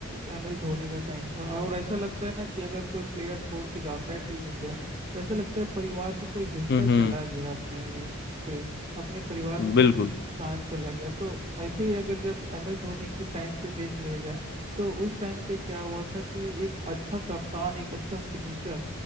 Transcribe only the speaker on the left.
हम्म
हम्म
बिल्कुल